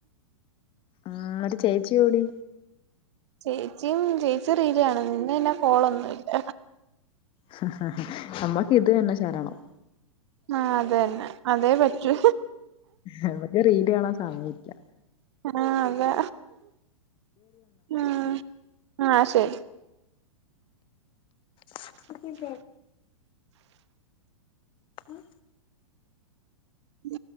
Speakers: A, on the left; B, on the right.
A: ആ ഒരു ചേച്ചി ഓടി
B: ചേച്ചിയും ചേച്ചി റീലിലാണ്. ഇന്ന് പിന്നെ കോളൊന്നും ഇല്ല
A: ഹ് ഹ ഹ അമ്മക്ക് ഇത് തന്നെ ശരണം
B: ആ അതന്നെ അതേ പറ്റൂ
A: നമ്മക്ക് റീല് കാണാൻ സമയില്ല
B: ആഹ അതെ ആ ആ ശരി
A: ക്ക <unintelligible> ഉം
B: ഉ